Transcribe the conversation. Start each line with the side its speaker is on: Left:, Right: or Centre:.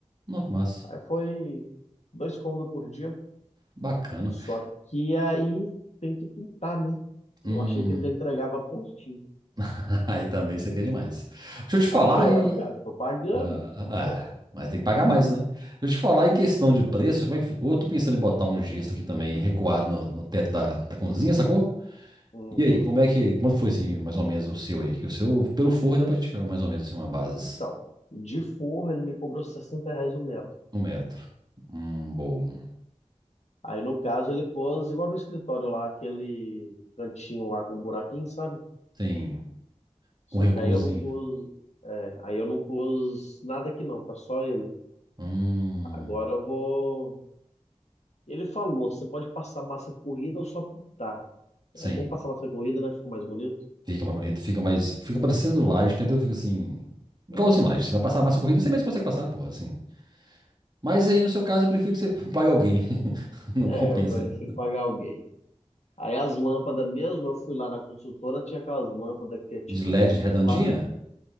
Right: Não, que massa.
Left: Aí foi dois cômodos por dia.
Right: Bacana.
Left: Só que aí tem que pintar, né? Eu
Right: Hum,
Left: achei que ele já entregava pontinho.
Right: <laughs> aí também isso aqui é demais. Deixa eu te falar,
Left: Ah, eu quero,
Right: e
Left: cara, eu tô pagando.
Right: Ah,
Left: Ué,
Right: ah, mas tem que pagar mais, né? Deixa eu te falar em questão de preço, como é que ficou? Eu tô pensando em botar um gesto aqui também, recuado no, no teto da, da cozinha, sacou?
Left: uhum.
Right: E aí, como é que. Quanto foi assim, mais ou menos, o seu aí? Que o seu, pelo forro, dá pra tirar mais ou menos assim, uma base.
Left: Então, de forro ele me cobrou 60 reais o metro.
Right: Um metro. Hum, bom.
Left: Aí no caso ele pôs igual no escritório lá, aquele cantinho lá com buraquinho, sabe?
Right: Sim.
Left: Só
Right: Com recuozinho.
Left: que aí eu não pus, é, aí eu não pus nada aqui não, tá só ele.
Right: Hum.
Left: Agora eu vou. Ele falou, você pode passar massa corrida ou só pintar.
Right: Sim.
Left: É bom passar massa corrida, né? Ficou mais bonito.
Right: Fica mais bonito, fica mais. Fica parecendo laje, entendeu? Fica assim. Igualzinho
Left: Ah,
Right: laje. Você vai passar mais massa corrida, você mesmo consegue passar, pô, assim. Mas aí, no seu caso, eu prefiro que você <laughs> pague alguém. <laughs> Não
Left: É,
Right: compensa,
Left: eu prefiro
Right: né?
Left: pagar alguém. Aí as lâmpadas mesmo, eu fui lá na consultora, tinha aquelas lâmpadas que é tipo
Right: De LED
Left: embu-
Right: redondinha?
Left: quase.